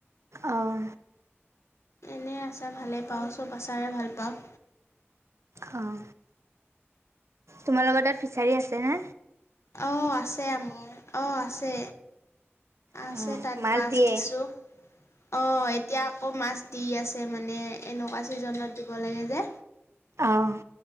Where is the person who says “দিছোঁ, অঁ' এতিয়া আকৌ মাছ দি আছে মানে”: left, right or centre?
Left